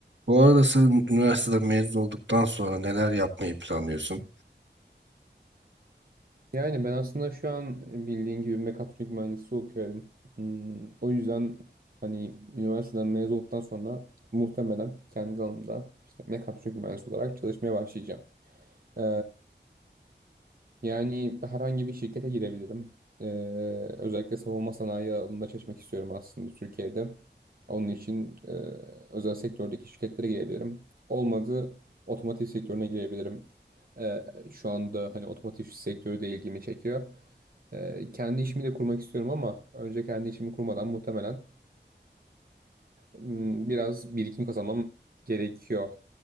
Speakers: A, on the right (about 80°); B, on the right (about 50°).
A: Bu arada sen üniversiteden mezun olduktan sonra neler yapmayı planlıyorsun?
B: Yani ben aslında şu an bildiğin gibi mekatronik mühendisi okuyorum. Hmm, o yüzden hani üniversiteden mezun olduktan sonra muhtemelen kendi alanımda işte mekatronik mühendisi olarak çalışmaya başlayacağım. Ee, yani herhangi bir şirkete girebilirim. Ee, özellikle savunma sanayi alanında çalışmak istiyorum aslında Türkiye'de. Onun için e, özel sektördeki şirketlere girebilirim. Olmadı otomotiv sektörüne girebilirim. Ee, şu anda hani otomotiv sektörü de ilgimi çekiyor. Ee, kendi işimi de kurmak istiyorum ama önce kendi işimi kurmadan muhtemelen m, biraz birikim kazanmam gerekiyor